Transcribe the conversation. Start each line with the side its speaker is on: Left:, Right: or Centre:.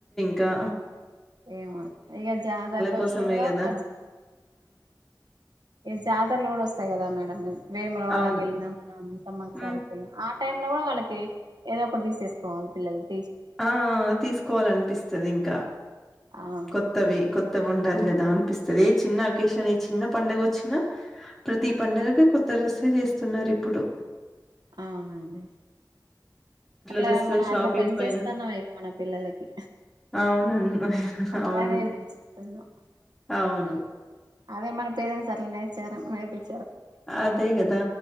Centre: కా
Right: ఏమ ఇక జాదర్లో
Centre: కోసమే
Right: వచ్చినా కూడా
Centre: కదా
Right: ఫస్ జా ఇసర్లు కూడా వస్తయి కదా మ్యాడంమ్ వేములవాడకి
Centre: అవును
Right: వెళ్ళినాం మనం సమాక్షసారకి
Centre: ఉమ్
Right: వెళ్ళినాం ఆ టైమ్ లో కూడా వాళ్ళకి ఏదో ఒకటి తీసేసుకోవాలిల్లకి
Centre: ఆ తీసుకోవాలనిపిస్తుంది ఇంకా
Right: అవును
Centre: కొత్తవి కొత్తవి ఉండాలి కదా అనిపిస్తుది ఏ చిన్న అకేషన్ ఏ చిన్న పండుగ వచ్చినా ప్రతి పండుగకి కొత్త రసే చేస్తున్నారు ఇప్పుడు
Right: అవునండి అట్లా
Centre: డ్రెస్
Right: మనం
Centre: షాపింగ్
Right: అట్లా పె
Centre: పైన
Right: చేస్తుాన్నాం ఇక మన పిల్లలకి
Centre: అవునను
Right: మనమేనేస్తున్నాం
Centre: అవును అవును.
Right: అదే మన పేరెంట్స్ అట్లా నేర్చారు నేర్పించ
Centre: అదే కదా